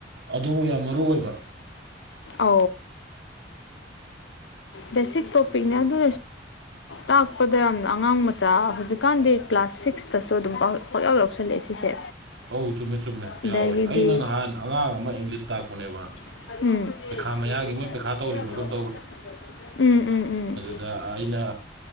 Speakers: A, on the right; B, on the left.
A: ꯑꯗꯨꯕꯨ ꯌꯥꯝ ꯃꯔꯨ ꯑꯣꯏꯕ
B: ꯑ ꯕꯦꯁꯤꯛ ꯇꯣꯄꯤꯛꯅꯦ ꯑꯗꯨ ꯇꯄꯗ ꯌꯥꯝ ꯑꯣ ꯑꯉꯥꯡ ꯃꯆꯥ ꯍꯧꯖꯤꯛꯀꯥꯟꯗꯤ ꯀ꯭ꯂꯥꯁ ꯁꯤꯛꯁꯇꯁꯨ ꯑꯗꯨꯝ ꯄꯥꯛꯂꯎ ꯌꯥꯎꯁꯜꯂꯛꯑꯦ ꯁꯤꯁꯦ
A: ꯑꯧ ꯆꯨꯝꯃꯦ ꯆꯨꯝꯃꯦ
B: ꯑꯗꯒꯤꯗꯤ
A: ꯌꯥꯎꯋꯦ ꯑꯩꯅ ꯅꯍꯥꯟ ꯑꯉꯥꯡ ꯑꯃ ꯏꯪꯂꯤꯁ ꯇꯥꯛꯄꯅꯦꯕ
B: ꯎꯝ
A: ꯄꯩꯈꯥ ꯃꯌꯥꯒꯤ
B: ꯎꯝ
A: ꯃꯣꯏ ꯄꯩꯈꯥ ꯇꯧꯔꯤꯕ꯭ꯔꯥ
B: ꯎꯝ
A: ꯀꯩꯅꯣꯝ
B: ꯎꯝ
A: ꯑꯗ ꯑꯩꯅ